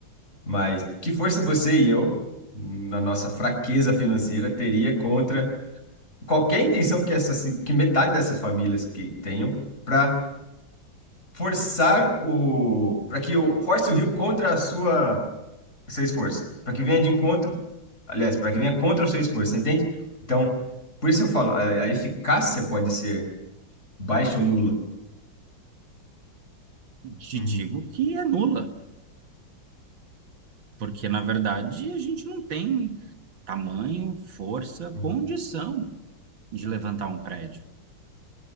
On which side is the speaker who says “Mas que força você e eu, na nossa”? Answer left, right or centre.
Left